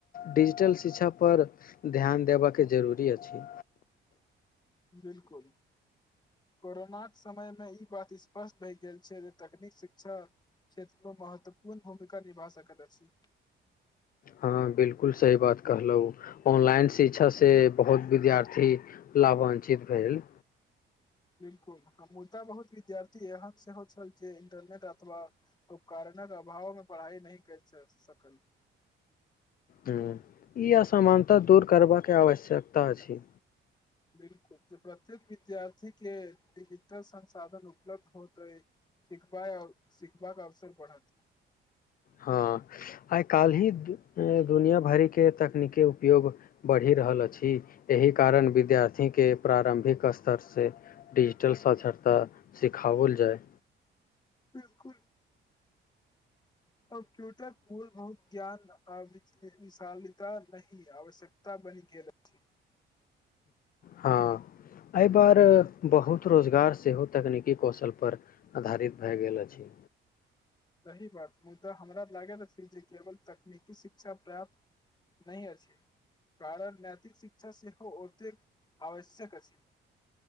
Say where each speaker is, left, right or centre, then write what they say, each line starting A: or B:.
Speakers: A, on the left; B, on the left.
A: डिजिटल शिक्षा पर ध्यान देबऽके जरूरी अछि।
B: बिलकुल, कोरोनाक समयमे ई बात स्पष्ट भए गेल छै। जे तकनीक शिक्षा क्षेत्रमे महत्वपूर्ण भूमिका निभा सकैत अछि।
A: हँ बिलकुल सही बात कहलहुँ ऑनलाइन शिक्षा से बहुत विद्यार्थी लावान्चित भेल।
B: बिलकुल ह मुदा बहुत विद्यार्थी एहन सेहो छल जे इन्टरनेट अथवा उपकरणक अभावमे पढ़ाइ नहि करि सकल।
A: हूँ, ई असमानता दूर करबाके आवश्यकता अछि।
B: बिलकुल जे प्रत्येक विद्यार्थी के डिजिटल संसाधन उपलब्ध होतै, सिखबाय और सिखबाक अवसर बढ़त।
A: हँ आइ काल्हि उ दुनिया भरिके तकनीकी उपयोग बढ़ि रहल अछि एहि कारण विद्यार्थीके प्रारम्भिक स्तर से डिजिटल साक्षरता सिखाओल जाय।
B: बिल्कुल। कम्प्यूटर मूलभहुत ज्ञान आ बिचली विशालिता नहीँ आवश्यकता बनि गेल अछि।
A: हँ, ऐ पर बहुत रोजगार सेहो तकनीकी कौशलपर अधारित भए गेल अछि।
B: सही बात मुद्दा हमरा लागैत अछि जे केवल तकनीकी शिक्षा प्राप्त नहि अछि। कारण नैतिक शिक्षा सेहो ओतेक आवश्यक अछि।